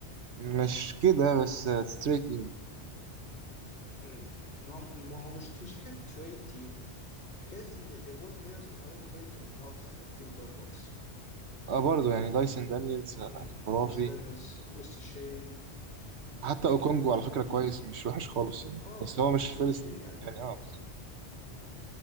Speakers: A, on the right (about 70°); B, on the left (about 70°).
A: مش كده بس ستريت
B: مم. ما هو ما هو مش مش حكايه تري تيم حكايه ان الول بلايرز اللي حوالين تري في الهوكس احلى بكتير بتوع البوكس
A: اه برضه يعني دايسون دانييلز آه،
B: مم.
A: خرافي
B: بس دانز ويست شي
A: حتى
B: وشويه
A: اوكونجو
B: لعيبه تانيه
A: على
B: برضه
A: فكره
B: جيلن
A: كويس مش وحش خالص يعني
B: اه
A: بس هو
B: مش
A: مش فيرست
B: وحشين يعني
A: يعني اه بالظبط